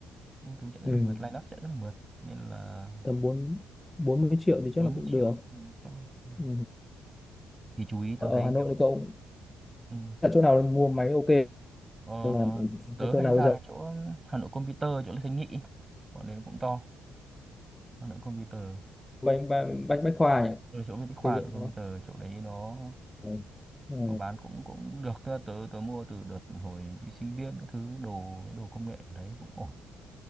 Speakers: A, on the right (about 20°); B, on the left (about 15°).
A: Ubuntu chạy rất
B: Ừ.
A: là mượt, Linux chạy rất là mượt nên là
B: tầm bốn bốn mươi triệu thì chắc
A: bốn
B: là
A: mươi
B: cũng
A: triệu
B: được
A: Ừ, các bạn. Ừ.
B: ừ.
A: thì chú ý tớ
B: ở ở
A: thấy
B: Hà Nội
A: nếu
B: thì cậu
A: ừ.
B: ở chỗ nào mua máy ok
A: ờ,
B: là
A: tớ
B: là chỗ
A: hay
B: nào
A: ra
B: bây giờ
A: cái chỗ Hà Nội Computer chỗ Lê Thanh Nghị bọn đấy cũng to Hà Nội Computer
B: bách bách bách khoa nhỉ
A: ở chỗ bên Bách Khoa
B: xây
A: Hà
B: dựng
A: Nội Computer
B: nó
A: chỗ đấy nó
B: Ờ, ờ,
A: nó bán cũng cũng được tớ tớ, tớ mua từ đợt hồi đi sinh viên các thứ đồ đồ công nghệ ở đấy cũng ổn